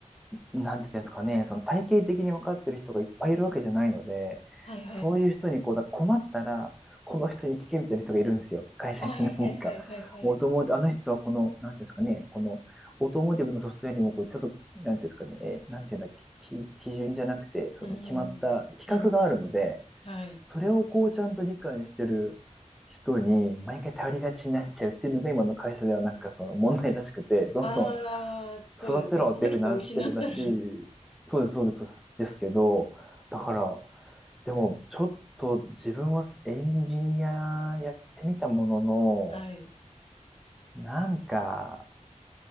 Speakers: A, in the centre; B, on the left (about 50°).
A: なんていうんですかね、その体系的に分かってる人がいっぱいいるわけじゃないので、
B: はいはいはい。
A: そういう人にこう、だから困ったら、この人に聞けみたいな人がいるんですよ。会社に何か。
B: はいはいはいはいはい。
A: オートモーティブ、あの人はこの、なんていうんですかね、このオートモーティブのソフトウェアにもこう、ちょっと、なんていうんですかね、えーなんていうんだっけ、き基準じゃなくて、その決まった規格があるので、
B: うんうんうん。うんうん。はい。
A: それをこう、ちゃんと理解してる人に、毎回頼りがちになっちゃうっていうのが今の会社ではなんかその問題らしくて、どんどん
B: ああ、そうですね。
A: 育てろっていう風になってるらしい。
B: その人を失ったら、
A: そうです、そうです、そうですですけど、だから、でも、ちょっと自分はエンジニアやってみたもの
B: はい。
A: の、なんか